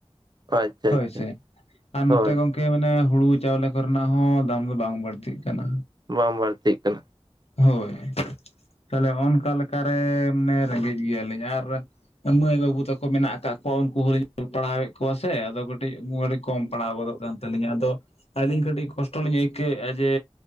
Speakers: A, on the right; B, on the left.
A: ᱟᱪᱪᱷᱟ
B: ᱦᱳᱭ
A: ᱟᱪᱪᱷᱟ
B: ᱥᱮ ᱟᱨ
A: ᱦᱳᱭ
B: ᱱᱚᱛᱮ ᱜᱚᱝ ᱠᱮ ᱢᱟᱱᱮ ᱦᱩᱲᱩ ᱪᱟᱣᱞᱮ ᱠᱚᱨᱮᱱᱟᱜ ᱦᱚᱸ ᱫᱟᱢ ᱫᱚ ᱵᱟᱝ ᱵᱟᱹᱲᱛᱤᱜ ᱠᱟᱱᱟ᱾
A: ᱵᱟᱝ ᱵᱟᱲᱛᱤᱜ ᱠᱟᱱᱟ᱾
B: ᱦᱳᱭ, ᱛᱟᱦᱞᱮ ᱚᱱᱠᱟ ᱞᱮᱠᱟᱨᱮ ᱢᱟᱱᱮ, ᱨᱮᱸᱜᱮᱡ ᱜᱮᱭᱟᱞᱤᱧ ᱟᱨ ᱢᱟᱹᱭ ᱵᱟᱹᱵᱩ ᱛᱟᱠᱚ ᱢᱮᱱᱟᱜ ᱟᱠᱟᱫᱼᱼ ᱩᱱᱠᱩ ᱦᱚᱸᱞᱤᱧ ᱚᱞ ᱯᱟᱲᱦᱟᱣᱮᱫ ᱠᱚᱣᱟ ᱥᱮ ᱟᱫᱚ ᱠᱟᱹᱴᱤᱡ ᱟᱹᱰᱤ ᱠᱚᱢ ᱯᱟᱲᱦᱟᱣ ᱜᱚᱫᱚᱜ ᱠᱟᱱ ᱛᱟᱹᱞᱤᱧᱟ ᱟᱫᱚᱼᱼ ᱟᱹᱞᱤᱧ ᱠᱟᱹᱴᱤᱡ ᱠᱚᱥᱴᱚ ᱞᱤᱧ ᱟᱹᱭᱠᱟᱹᱣᱮᱜᱼᱟ ᱡᱮ